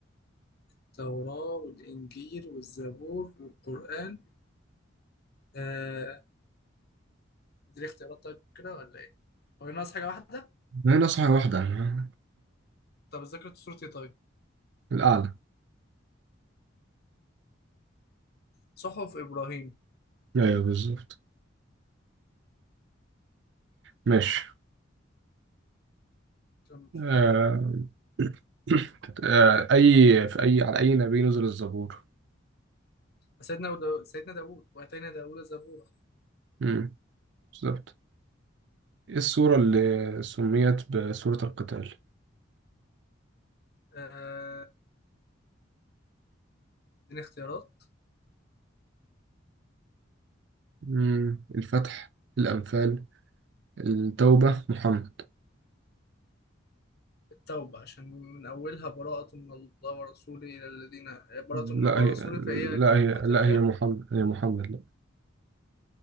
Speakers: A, on the left; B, on the right.
A: التوراة والإنجيل والزبور والقرآن آه دي اختيارات طيب كده ولا إيه؟ هو ناقص حاجة واحدة؟
B: ما هي نصحى واحدة أنا
A: طب ذاكرة سورة إيه طيب؟
B: الأعلى
A: صحف إبراهيم
B: أيوه بالظبط ماشي
A: كمل.
B: آه. <clears throat> آه. أي في أي على أي نبي نزل الزبور
A: سيدنا وداو... سيدنا داوود وآتينا داوود زبورا
B: مم. بالظبط إيه السورة اللي سميت بسورة القتال؟
A: آه دي اختيارات
B: مم. الفتح، الأنفال، التوبة، محمد
A: التوبة عشان من أولها براءة من الله ورسوله إلى الذين براءة
B: لا
A: من الله
B: هي
A: ورسوله فهي
B: لا
A: كان
B: هي
A: القتال
B: لا
A: فيها
B: هي محمد هي محمد لا